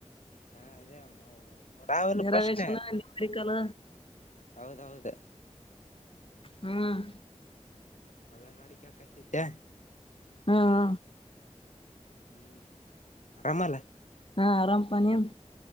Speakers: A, on the left; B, on the left.
A: ಹಾ ಅದೇ ರಾವಲು
B: ಡಿರವೇಶನ್
A: ಪ್ರಶ್ನೆ
B: ನ್ಯೂಮರಿಕಲ್
A: ಹೌದೌಹೌದು
B: ಹ್ಮ್
A: ಅವ ನೋಡಿಕಕತಿದ್ದೆ
B: ಹಾ ಹ
A: ಹ್ಮ್ ಆರಾಮಲ್ಲ
B: ಹಾ ಆರಾಮ್ ಪಾ ನೀನು